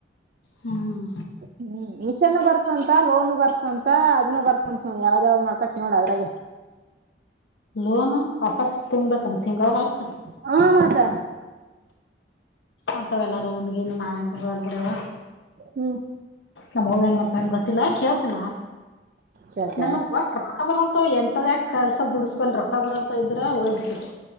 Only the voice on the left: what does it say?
ಹ್ಮ್
ಲೋನ್ ವಾಪಸ್ ತುಂಬ್ಬೇಕ ತಿಂಗರಕ್
ಅಂತಾವ ಎಲ್ಲಾರೂ ನ್ಗೇನು ನಾವೇನ್ ತಗಲ್ ಬಿಡವ
ನಮ್ ಹಗ ಏನ್ ಮಾಡ್ತಾ ಅಂದ ಗೊತ್ತಿಲ್ಲಾ ಕೇಳ್ತ ನೋಡ
ನನ್ನ ಒಟ್ಟ ರೊಕ್ಕ ಬರಂತ ಎಂತದ ಕೆಸ ದುಡಸ್ಕೊಿ ರೊ ಬರಂತ ಇದ್ರ ಹಓಯ್ ಬಿಿಡ್ತದೆ